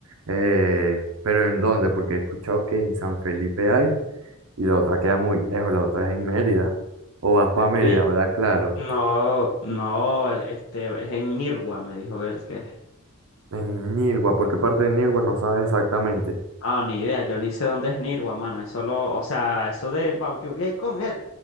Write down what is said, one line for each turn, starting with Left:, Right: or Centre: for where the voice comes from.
Right: Eh, pero ¿en dónde? Porque he escuchado que en San Felipe hay y la otra queda muy lejos, la otra es en Mérida. O vas para
Left: Él
Right: Mérida,
Left: me di-
Right: ¿verdad? Claro.
Left: no, no, el- este es en Nirgua, me dijo él que.
Right: En Nirgua, ¿por qué parte de Nirgua no sabes exactamente?
Left: Ah, ni idea, yo ni sé dónde es Nirgua, mano. Eso lo, o sea, eso de va, yo voy a ir con él.